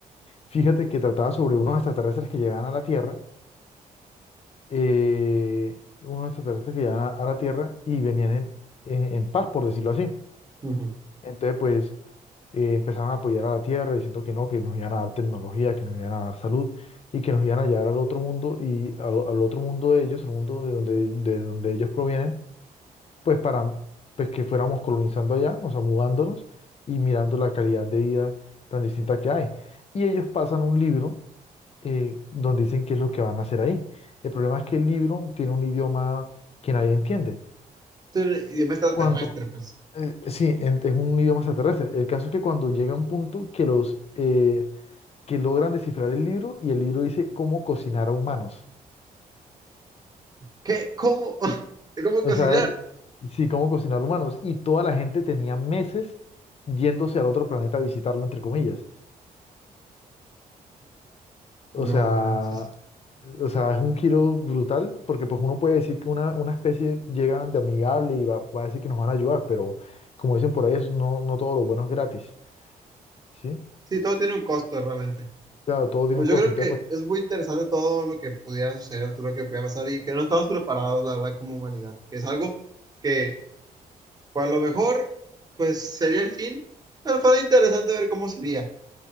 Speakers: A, on the left; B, on the right.
A: Fíjate que trataba sobre unos extraterrestres que llegaban a la Tierra, eh, unos extraterrestres que llegaban a, a la Tierra y venían en, en- en paz, por decirlo así.
B: ujú.
A: Entonces, pues eh, empezaron a apoyar a la Tierra diciendo que no, que nos iban a dar tecnología, que nos iban a dar salud y que nos iban a llevar al otro mundo y al, al otro mundo de ellos, al mundo de donde, de donde ellos provienen pues para pues que fuéramos colonizando allá, o sea, mudándonos y mirando la calidad de vida tan distinta que hay. Y ellos pasan un libro eh, donde dicen qué es lo que van a hacer ahí. El problema es que el libro tiene un idioma que nadie entiende.
B: Entonces, idioma extraterrestre,
A: Cuando,
B: pues.
A: eh, sí, en- es un idioma extraterrestre. El caso es que cuando llega un punto que los eh, que logran descifrar el libro y el libro dice cómo cocinar a humanos.
B: ¿Qué? ¿Cómo? <laughs> ¿Cómo
A: O
B: cocinar?
A: sea, sí, cómo cocinar humanos. Y toda la gente tenía meses yéndose al otro planeta a visitarlo, entre comillas. O
B: No
A: sea,
B: manches.
A: o sea, es un giro brutal porque pues uno puede decir que una, una especie llega de amigable y va, va a decir que nos van a ayudar, pero como dicen por ahí, eso no, no todo lo bueno es gratis, ¿sí?
B: Sí, todo tiene un costo realmente.
A: Claro, todo tiene
B: Pues
A: un costo.
B: yo creo
A: Entonces,
B: que
A: pues,
B: es muy interesante todo lo que pudiera suceder, todo lo que pudiera pasar y que no estamos preparados, la verdad, como humanidad, que es algo que, pues a lo mejor, pues sería el fin, pero fue interesante ver cómo sería.